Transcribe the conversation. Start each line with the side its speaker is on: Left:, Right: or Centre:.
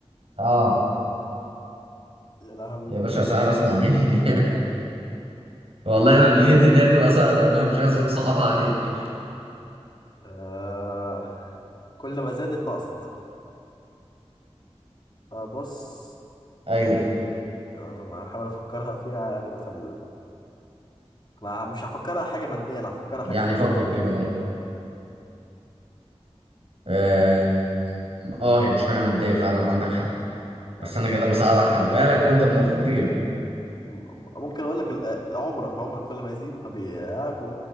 Right: اه
Left: يا لهوي
Right: يا باشا سهلة اسمع مني <laughs> والله انا نيتي ان هي تبقى سهلة انا مش عايز اصعبها عليك
Left: آه كل ما زادت نقصت آه بص
Right: ايوه
Left: يعني أنا هحاول أفكرها فيها يعني في ال... أنا مش هفكرها حاجة مادية أنا هفكرها حاجة
Right: يعني
Left: فلسفية
Right: فكر
Left: كده
Right: كده بقى اه آه، هي مش حاجة مادية فعلا عندك حق
Left: يعني
Right: بس انا كده بساعدك خلي بالك وانت المفروض تجيبها
Left: م- ممكن اقول لك ال- عمرك عمرك كل ما يزيد ما بي... ها كل